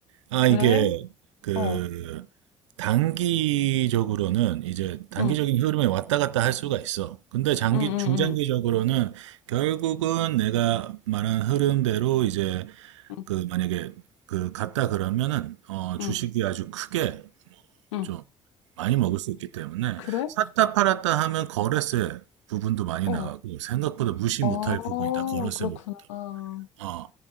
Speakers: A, on the right (about 90°); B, on the left (about 85°).
A: 아
B: 그래?
A: 이게 그
B: 어,
A: 단기적으로는 이제 단기적인
B: 응,
A: 흐름에 왔다 갔다 할 수가 있어. 근데 장기
B: 응, 응,
A: 중장기적으로는 결국은 내가 말한 흐름대로 이제
B: 응, 응,
A: 그 만약에 그 갔다 그러면은 어, 주식이
B: 응,
A: 아주 크게
B: 응.
A: 좀 많이 먹을 수 있기 때문에
B: 그래?
A: 샀다 팔았다 하면 거래세 부분도 많이
B: 어,
A: 나가고 생각보다 무시
B: 어,
A: 못할 부분이다 거래세
B: 그렇구나.
A: 부분도 어